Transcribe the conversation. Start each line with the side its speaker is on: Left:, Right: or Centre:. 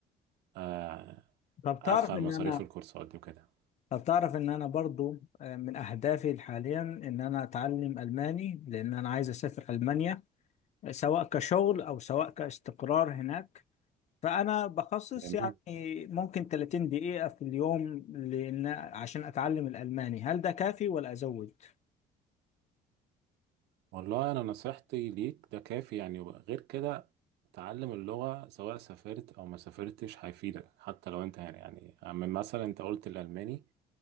Right: آه،
Left: طب
Right: ادفع
Left: تعرف ان
Right: المصاريف
Left: انا
Right: الكورسات دي وكده
Left: طب تعرف ان انا برضو آه، من اهدافي حاليا ان انا اتعلم الماني لان انا عايز اسافر المانيا سواء كشغل او سواء كاستقرار هناك فانا بخصص
Right: جميل
Left: يعني ممكن 30 دقيقه في اليوم لان عشان اتعلم الالماني هل ده كافي ولا ازود
Right: والله انا نصيحتي ليك ده كافي يعني غير كده تعلم اللغة سواء سافرت او ما سافرتش هيفيدك حتى لو انت هنا يعني من مثلا انت قلت الالماني